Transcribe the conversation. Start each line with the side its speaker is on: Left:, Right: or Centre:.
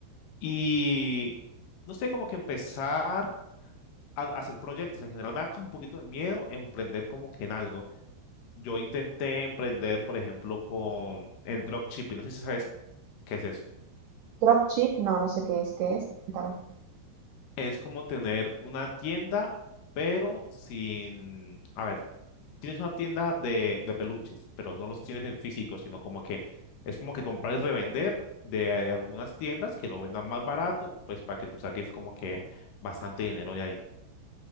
Left: Y no sé, como que empezar a, a hacer proyectos. En general me da como un poquito de miedo emprender como que en algo. Yo intenté emprender, por ejemplo, con en dropshipping. No sé si sabes qué es eso.
Right: Dropship, no, no sé qué es, qué es. Cuéntame.
Left: Es como tener una tienda, pero sin, a ver, tienes una tienda de, de peluches, pero no los tienes en físico, sino como que es como que comprar y revender de algunas tiendas que lo vendan más barato, pues para que tú saques como que bastante dinero de ahí.